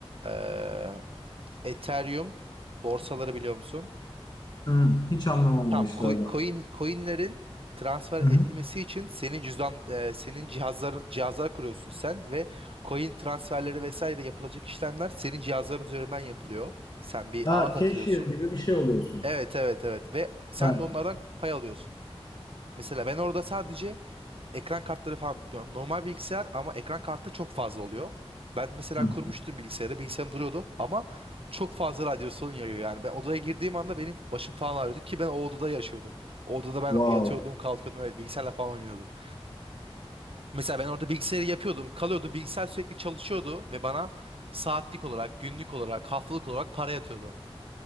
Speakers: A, on the right; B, on the left.
A: Eee, Ethereum borsaları biliyor musun?
B: Hı, hiç anlamam
A: Tamam,
B: o işlerden.
A: coin, coin- coinlerin transfer
B: Hı
A: edilmesi
B: hı.
A: için senin cüzdan e, senin cihazlar cihazlar kuruyorsun sen ve coin transferleri vesaire yapılacak işlemler senin cihazların üzerinden yapılıyor. Sen bir ağa
B: Aa,
A: katılıyorsun.
B: cashier gibi bir şey oluyorsun.
A: Evet evet evet ve sen
B: Aynen.
A: de onlardan pay alıyorsun. Mesela ben orada sadece ekran kartları falan yani normal bilgisayar ama ekran kartı çok fazla oluyor. Ben mesela
B: Hı hı.
A: kurmuştum bilgisayarı, bilgisayarım duruyordu ama çok fazla radyasyon yayıyor yani. Ben odaya girdiğim anda benim başım falan ağrıyordu ki ben o odada yaşıyordum. O odada ben
B: Wow.
A: yatıyordum, kalkıyordum ve bilgisayarla falan oynuyordum. Mesela ben orada bilgisayarı yapıyordum, kalıyordu, bilgisayar sürekli çalışıyordu ve bana saatlik olarak, günlük olarak, haftalık olarak para yatıyordu.